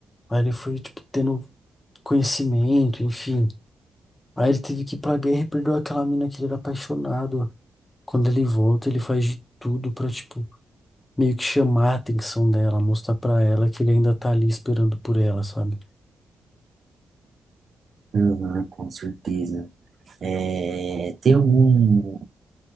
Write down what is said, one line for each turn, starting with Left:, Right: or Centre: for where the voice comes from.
Left: Aí ele foi, tipo, tendo conhecimento, enfim. Aí ele teve que ir pra guerra e perdeu aquela mina que ele era apaixonado. Quando ele volta, ele faz de tudo pra, tipo, meio que chamar a atenção dela, mostrar pra ela que ele ainda tá ali esperando por ela, sabe? <laughs>
Right: Aham, com certeza. É, tem algum